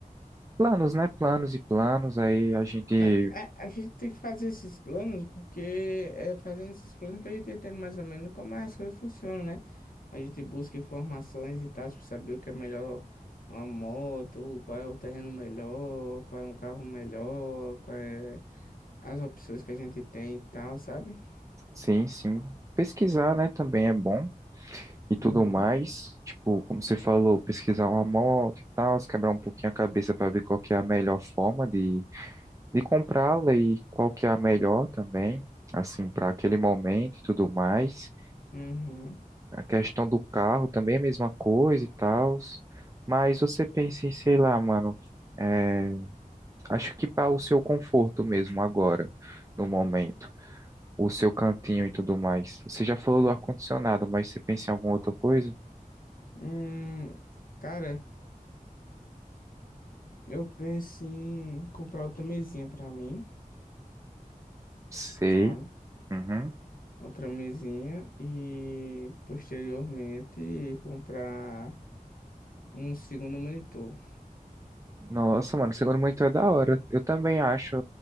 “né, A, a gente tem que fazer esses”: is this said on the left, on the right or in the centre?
Left